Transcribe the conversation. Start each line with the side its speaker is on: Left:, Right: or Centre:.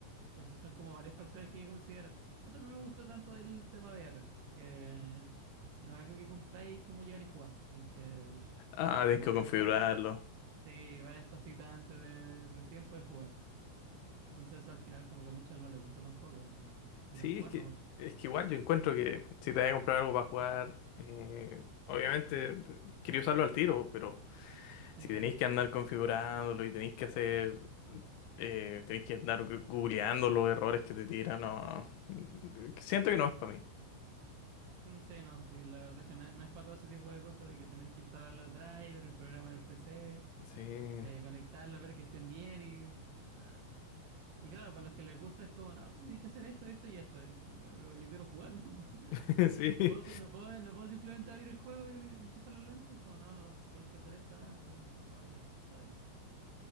Right: Entonces son como varios factores que hay que considerar. Eso no me gusta tanto del tema VR, que no es algo que compráis como llegar y jugar, hay que
Left: ah, tienes
Right: como
Left: que
Right: ver
Left: configurarlo.
Right: varias, Sí, varias cositas antes de recién poder jugar. Entonces eso al final como que a muchos no les gusta tampoco. Si quieren
Left: Sí,
Right: jugar,
Left: es que,
Right: no.
Left: es que igual yo encuentro que si te vas a comprar algo para jugar, eh, obviamente eh, quería usarlo al tiro, pero
Right: Sí.
Left: si tenéis que andar configurándolo y tenéis que hacer, eh, tenéis que andar gu- googleando los errores que te tiran, no, mm, eh, siento que no es para mí.
Right: Mm, Sí, no, sí, la verdad es que no, no es para todo ese tipo de cosas de que tener que instalar los drivers, el programa en el PC,
Left: Sí,
Right: eh, conectarlos, ver que estén bien y nada. Y claro, para los que les gusta es como, no, pues tienes que hacer esto, esto y esto. Y como, ya, pero yo quiero jugar, no, <laughs>
Left: <laughs> sí.
Right: no puedo, ju- no puedo, no puedo simplemente abrir el juego y conect- enchufar los lentes. Y como, no, no, tenéis que hacer esto antes. Y como, "Ah, ya, está bien.